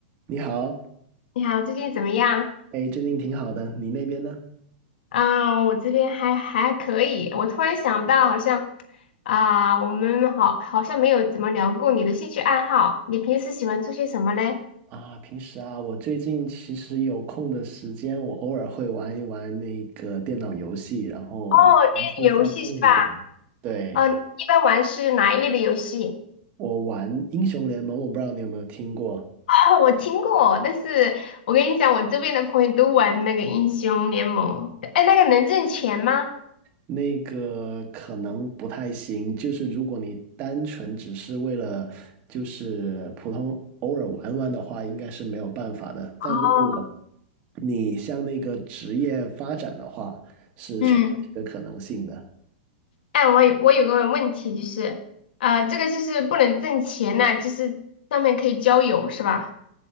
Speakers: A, on the right; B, on the left.
A: 你好，
B: 你好，最近怎么样？
A: 哎，最近挺好的，你那边呢？
B: 啊、我这边还还可以。我突然想到，好像啊、我们好好像没有怎么聊过你的兴趣爱好。你平时喜欢做些什么嘞？
A: 啊，平时啊，我最近其实有空的时间，我偶尔会玩一玩那个电脑游戏，然后尝试放松一下。
B: 哦，电影游戏是吧？
A: 对，
B: 嗯、你一般玩是哪一类的游戏？
A: 我玩英雄联盟，我不知道你有没有听过，
B: 哦，我听过，但是我跟你讲，我周边的朋友都玩那个英雄联盟。哎，那个能挣钱吗？
A: 那个可能不太行，就是如果你单纯只是为了就是普通偶尔玩玩的话，应该是没有办法的。但如果
B: 哦，
A: 你向那个职业发展的话，是存在这个可能性的
B: 嗯，哎，我有我有个问题，就是，啊，这个就是不能挣钱呐，就是上面可以交友是吧？